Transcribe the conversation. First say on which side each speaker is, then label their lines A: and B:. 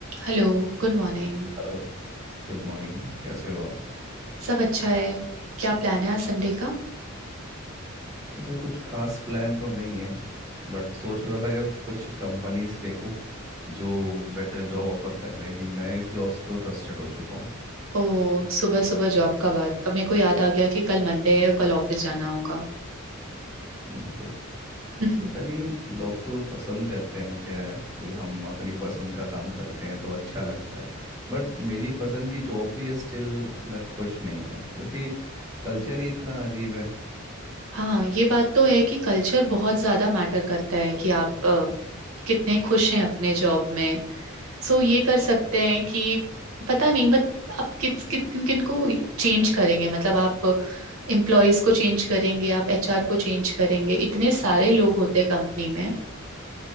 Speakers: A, on the right (about 75°); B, on the right (about 15°).
A: Hello Good morning
B: हेलो Good morning कैसे हो आप
A: सब अच्छा है क्या प्लान है आज संडे का
B: वैसे कुछ खास प्लान तो नहीं है बट सोच रहा था कि कुछ कंपनीज देखूं जो बेटर जॉब ऑफर कर रहे हैं कि मैं इस जॉब से तो फ्रस्ट्रेट हो चुका हूँ
A: ओ सुबह सुबह जॉब का बात अब मेरे को याद आ गया कि कल मंडे है कल ऑफिस जाना होगा
B: वही
A: <laughs>
B: पता नहीं लोग तो पसंद करते हैं क्या कोई हम अपनी पसंद का काम करते हैं तो अच्छा लगता है बट मेरी पसंद की जॉब भी है स्टिल मैं खुश नहीं हूँ क्योंकि कल्चर ही इतना अजीब है
A: हाँ ये बात तो है कि कल्चर बहुत ज्यादा मैटर करता है कि आप अ, कितने खुश हैं अपने जॉब में सो ये कर सकते हैं कि पता नहीं बट आप किस किस किन किन को चेंज करेंगे मतलब आप एम्प्लॉयज को चेंज करेंगे आप एचआर को चेंज करेंगे इतने सारे लोग होते हैं कंपनी में